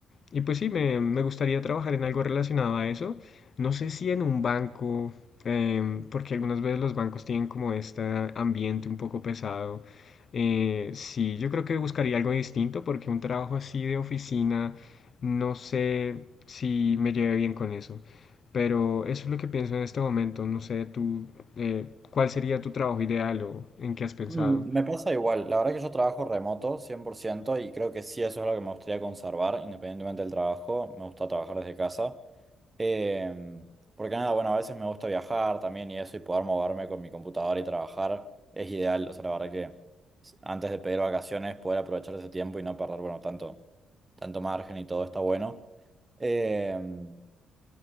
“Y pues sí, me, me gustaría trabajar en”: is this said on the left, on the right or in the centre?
Left